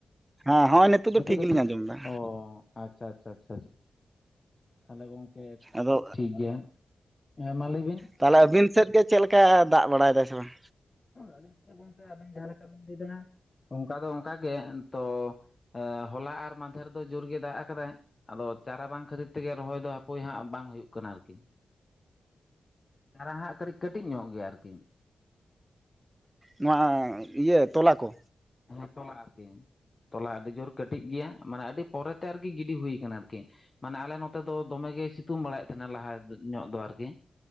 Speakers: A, on the right; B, on the left.
A: ᱦᱮᱸ ᱦᱚᱸᱜᱼᱚᱭ
B: ᱱᱤᱛᱚᱜ ᱫᱚ
A: ᱜᱮᱞᱤᱧ
B: ᱴᱷᱤᱠ
A: ᱟᱸᱡᱚᱢ ᱮᱫᱟ
B: ᱚ ᱟᱪᱪᱷᱟ ᱟᱪᱪᱷᱟ ᱟᱪᱪᱷᱟ ᱛᱟᱦᱚᱞᱮ ᱜᱚᱢᱠᱮ
A: ᱟᱫᱚ
B: ᱴᱷᱤᱠ ᱜᱮᱭᱟ ᱦᱮᱸ ᱢᱟ ᱞᱟᱹᱭ ᱵᱤᱱ
A: ᱛᱟᱦᱚᱞᱮ ᱟᱵᱤᱱ ᱥᱮᱫ ᱜᱮ ᱪᱮᱫ ᱞᱮᱠᱟ ᱫᱟᱜ ᱵᱟᱲᱟᱭ ᱮᱫᱟᱭ ᱥᱮ ᱵᱟᱝ
B: ᱟᱞᱤᱧ ᱥᱮᱫ ᱦᱚᱸ ᱜᱚᱝᱠᱮ ᱟᱵᱮᱱ ᱡᱟᱦᱟᱸ ᱞᱮᱠᱟ ᱵᱮᱱ ᱞᱟᱹᱭ ᱮᱫᱟ ᱚᱱᱠᱟ ᱫᱚ ᱚᱱᱠᱟ ᱜᱮ ᱛᱚ ᱦᱚᱞᱟ ᱟᱨ ᱢᱟᱫᱷᱮᱨ ᱫᱚ ᱡᱳᱨ ᱜᱮ ᱫᱟᱜ ᱟᱠᱟᱫᱟᱭ ᱟᱫᱚ ᱪᱟᱨᱟ ᱵᱟᱝ ᱠᱷᱟᱹᱛᱤᱨ ᱛᱮᱜᱮ ᱨᱚᱦᱚᱭ ᱫᱚ ᱦᱟᱯᱚᱭ ᱦᱟᱸᱜ ᱵᱟᱝ ᱦᱩᱭᱩᱜ ᱠᱟᱱᱟ ᱟᱨᱠᱤ ᱪᱟᱨᱟ ᱦᱟᱸᱜ ᱠᱟᱹᱴᱤ ᱠᱟᱹᱴᱤᱡ ᱧᱚᱜ ᱜᱮᱭᱟ ᱟᱨᱠᱤ
A: ᱱᱚᱣᱟ ᱤᱭᱟᱹ ᱛᱚᱞᱟ ᱠᱚ
B: ᱦᱮᱸ ᱛᱚᱞᱟ ᱟᱨᱠᱤ ᱛᱚᱞᱟ ᱟᱹᱰᱤ ᱡᱳᱨ ᱠᱟᱹᱴᱤᱡ ᱜᱮᱭᱟ ᱢᱟᱱᱮ ᱟᱹᱰᱤ ᱯᱚᱨᱮᱛᱮ ᱟᱨᱠᱤ ᱜᱤᱰᱤ ᱦᱩᱭ ᱠᱟᱱᱟ ᱟᱨᱠᱤ ᱢᱟᱱᱮ ᱟᱞᱮ ᱱᱚᱛᱮ ᱫᱚ ᱫᱚᱢᱮ ᱜᱮᱭ ᱥᱤᱛᱩᱝ ᱵᱟᱲᱟᱭᱮᱫ ᱛᱟᱦᱮᱱᱟ ᱞᱟᱦᱟ ᱧᱚᱜ ᱫᱚ ᱟᱨᱠᱤ